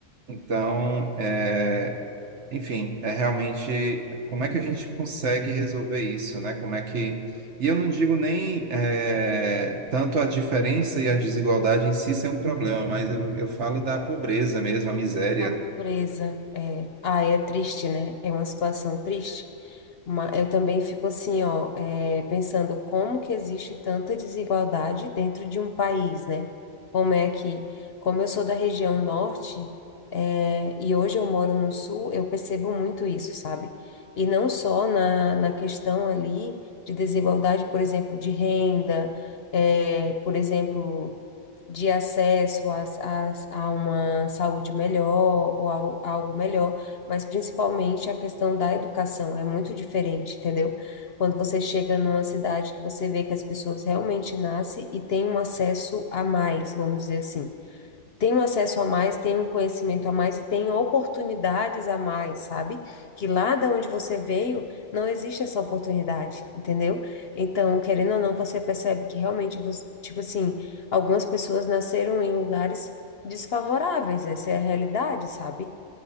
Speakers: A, on the right; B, on the left.
A: Então, é, enfim, é realmente como é que a gente consegue resolver isso, né? Como é que. E eu não digo nem é, tanto a diferença e a desigualdade em si ser um problema, mas eu, eu falo da pobreza mesmo, a miséria,
B: A pobreza.
A: né?
B: É. Ah, é triste, né? É uma situação triste. Ma- Eu também fico assim, ó, eh, pensando como que existe tanta desigualdade dentro de um país, né? Como é que, como eu sou da região norte, eh, e hoje eu moro no sul, eu percebo muito isso, sabe? E não só na, na questão ali de desigualdade, por exemplo, de renda, eh, por exemplo de acesso a, a, a uma saúde melhor ou ao- a algo melhor, mas principalmente a questão da educação é muito diferente, entendeu? Quando você chega numa cidade que você vê que as pessoas realmente nascem e têm um acesso a mais, vamos dizer assim tenho acesso a mais, tenho um conhecimento a mais e tenho oportunidades a mais, sabe? Que lá da onde você veio não existe essa oportunidade, entendeu? Então, querendo ou não, você percebe que realmente, você- tipo assim, algumas pessoas nasceram em lugares desfavoráveis, essa é a realidade, sabe?